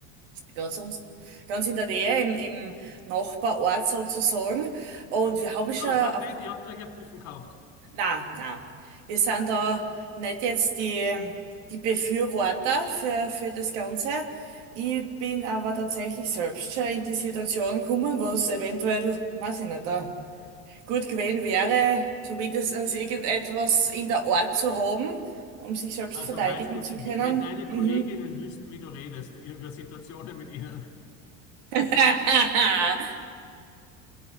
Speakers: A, on the right; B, on the left.
A: ganz, uns, ganz in der Nähe, im, im Nachbarort sozusagen. Und wir haben schon,
B: Aber
A: auf,
B: sag nicht, ihr habt euch ja Puffen gekauft.
A: na, na, wir sind da nicht jetzt die, die Befürworter für, für das Ganze. Ich bin aber tatsächlich selbst schon in die Situation gekommen, was eventuell, weiß ich nicht, da gut gewesen wäre, zumindest irgendetwas in der Art zu haben, um sich selbst
B: Also
A: verteidigen
B: weißt du,
A: zu können.
B: wie- wenn deine
A: Mhm.
B: Kolleginnen wüssten, wie du redest, über Situationen mit ihnen.
A: <laughs>